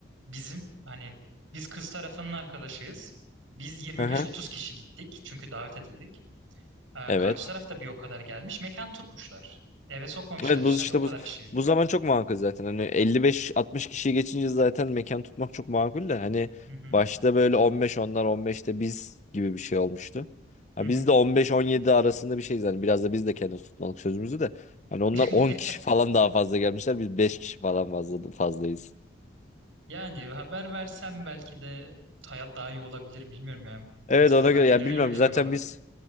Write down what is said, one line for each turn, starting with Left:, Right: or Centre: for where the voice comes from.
Right: bizim hani biz kız tarafının arkadaşıyız. Biz 25-30
Left: aha.
Right: kişi gittik çünkü davet edildik. Ee,
Left: Evet.
Right: karşı taraf da bir o kadar gelmiş. Mekan tutmuşlar. Eve sokmamışlar
Left: Evet
Right: hiç
Left: bu işte
Right: yani o kadar
Left: bu
Right: kişi.
Left: bu zaman çok makul zaten. Hani 55-60 kişiyi geçince zaten mekan tutmak çok makul de hani
Right: Hı hı.
Left: başta böyle 15 onlar 15'te biz gibi bir şey olmuştu. Ha
Right: Hı hı.
Left: biz de 15-17 arasında bir şeyiz hani biraz da biz de kendimiz tutmalık sözümüzü de. Hani onlar
Right: <laughs>
Left: 10 kişi falan daha fazla gelmişler. Biz 5 kişi falan fazla fazlayız.
Right: Yani haber versem belki de hayat daha iyi olabilir bilmiyorum ya.
Left: Evet
Right: İnsan
Left: ona
Right: haber
Left: göre
Right: verir
Left: ya bilmiyorum
Right: gibi geliyor
Left: zaten
Right: bana.
Left: biz